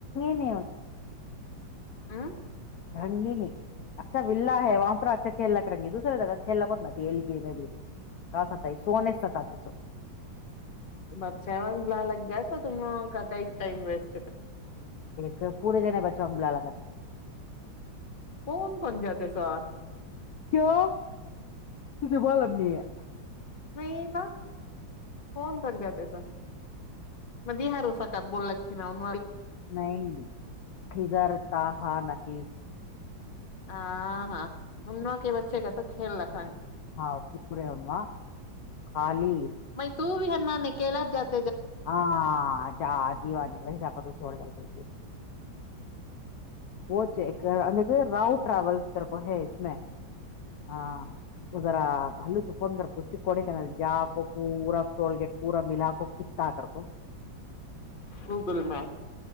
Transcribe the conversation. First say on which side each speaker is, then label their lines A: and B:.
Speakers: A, on the left; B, on the left.
A: نے
B: ہاں
A: رنگی نہیں اچھا ولہ ہے وہاں پر اچھا کھیلنا کرنگی دوسرے جگہ کھیلنا کو نہتیلی گی میں بھی کہ ستا سونے ستتی سو
B: بچچا وگ بلا لگ گیا تو تم کا کا ٹائم وسٹ
A: ہ پورے جنے ب چمگلہ لگاٹیس
B: فون کون جاتات سر
A: کیوں تھے بب نہیں ہے
B: نہیں ب فن بن جاتات سا م د ہارو سا کا بوللا چے نا ان
A: نہیں کزر ت ہا تیس
B: آ ہاں انمکی بچے گت کل لک
A: ہاں پورورے ام خالی
B: ت تو بھی ہےنا نکلا ج
A: ہاں جا دیوانی و س کو تو چھوڑ د کو وہ یک راؤ ٹراولس کر کو ہے اس میں ہاں اذارا ہلو توفن گار پچک کوڈے کہ جاپ پورا ٹول گٹ پورا ملا ک کت کررپ
B: گوگل میپ